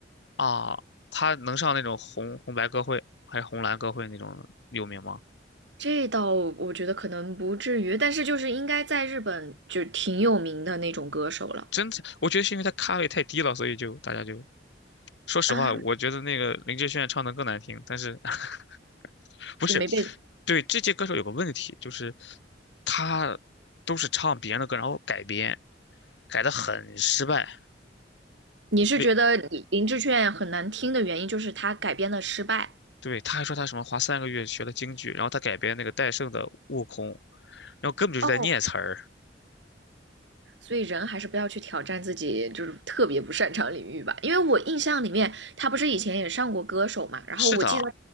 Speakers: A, on the left; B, on the right.
A: 啊，他能上那种红红白歌会还是红蓝歌会那种有名吗？
B: 这倒我觉得可能不至于，但是就是应该在日本就挺有名的那种歌手了
A: 真的，我觉得是因为他咖位太低了，所以就大家就说实话，
B: 啊，
A: 我觉得那个林志炫唱的更难听。但是 <laughs> 不是
B: 就没被。
A: 对这届歌手有个问题，就是他都是唱别人的歌，然后改编，改的很失败。
B: 你是觉得林林志炫很难听的原因就是他改编的失败，
A: 那对，他还说他什么花三个月学了京剧，然后他改编那个戴胜的《悟空》，然后根本就是在念词儿。
B: 哦，所以人还是不要去挑战自己就是特别不擅长领域吧。因为我印象里面他不是以前也上过歌手嘛，然后我记得
A: 是的，